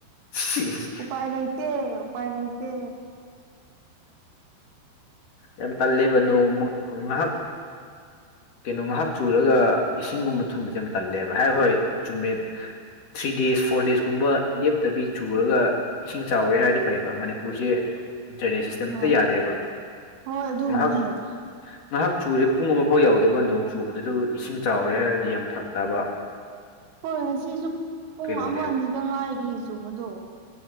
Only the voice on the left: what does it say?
ꯁꯤꯁ
ꯌꯥꯝ ꯇꯜꯂꯦꯕ ꯅꯣꯡꯃꯛ ꯉꯥꯍꯥꯛ ꯀꯩꯅꯣ ꯉꯥꯍꯥꯛ ꯆꯨꯔꯒ ꯏꯁꯤꯡꯒꯨꯝꯕ ꯊꯨꯝꯕꯁꯦ ꯌꯥꯝ ꯇꯜꯂꯦꯕ ꯍꯥꯏ ꯍꯣꯏ ꯆꯨꯝꯃꯦ ꯊ꯭ꯔꯤ ꯗꯦꯖ ꯐꯣꯔ ꯗꯦꯁꯀꯨꯝꯕ ꯂꯦꯞꯇꯕꯤ ꯆꯨꯔꯒ ꯏꯁꯤꯡ ꯆꯥꯎꯋꯦ ꯍꯥꯏꯔꯗꯤ ꯐꯩꯌꯦꯕ ꯃꯅꯤꯄꯨꯔꯁꯦ ꯗ꯭ꯔꯦꯅꯦꯖ ꯁꯤꯁꯇꯦꯝ
ꯑꯝꯇ ꯌꯥꯗꯦꯕ
ꯉꯥꯏꯍꯥꯛ ꯉꯥꯏꯍꯥꯛ ꯆꯨꯨꯔꯦ ꯄꯨꯡ ꯑꯃꯐꯥꯎ ꯌꯎꯗꯕ ꯅꯣꯡ ꯆꯨꯕꯗꯨꯗꯕꯨ ꯏꯁꯤꯡ ꯆꯥꯎꯔꯦ ꯍꯥꯏꯔꯗꯤ ꯌꯥꯝ ꯐꯔꯛꯇꯥꯕ
ꯀꯩꯅꯣꯅꯦꯕ